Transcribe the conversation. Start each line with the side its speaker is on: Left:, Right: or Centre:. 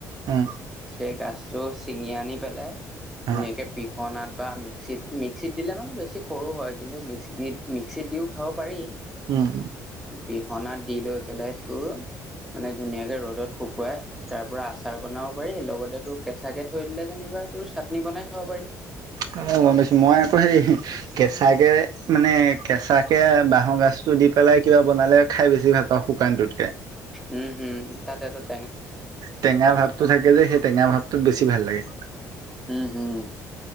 Right: উম।
Centre: সেই গাজটো ছিঙি আনি পেলাই, ধুনীয়াকে
Right: হা
Centre: পিহ অনাত বা মিক্সিত, মিক্সিত দিলে মানে বেছি সৰু হয়, কিন্তু মিকিনিত্স মিক্সিতদিও খাব পাৰি।
Right: উম।
Centre: পিহনাত দি লৈ, পেলাই তোৰ মানে ধুনীয়াকে ৰ'দত শুকুৱাই, তাৰ পৰা আচাৰ বনাব পাৰি লগতে তোৰ কেঁচা কে থৈ দিলে যেনিবা কিবা তোৰ চাটনি বনাই খাব পাৰি।
Right: অ' গম পাইছো, মই আকৌ হেই কেঁচাকে, মানে কেঁচাকে, বাঁহগাজতো টো দি পেলাই কিবা বনালে খাই বেছি ভাল পাওঁ, শুকানটোতকে।
Centre: উম হম, তাতে তাতে।
Right: টেঙা ভাৱটো থাকে যে, সেই টেঙা ভাৱটোত বেছি ভাল লাগে।
Centre: হম, হম।